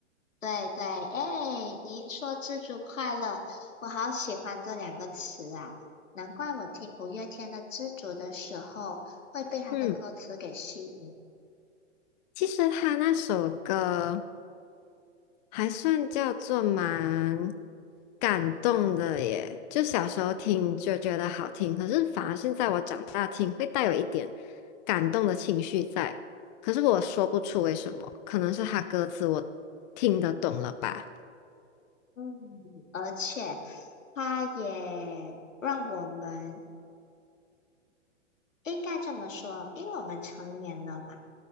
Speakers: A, on the left (about 90°); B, on the left (about 35°).
A: 对对，哎，你说“知足快乐”，我好喜欢这两个词啊，难怪我听五月天的《知足》的时候会被他的歌词给吸引。
B: 嗯，其实他那首歌还算叫做蛮感动的耶，就小时候听就觉得好听，可是反而现在我长大听会带有一点感动的情绪在，可是我说不出为什么，可能是他歌词我听得懂了吧。
A: 嗯，而且它也让我们应该这么说，因为我们成年了嘛，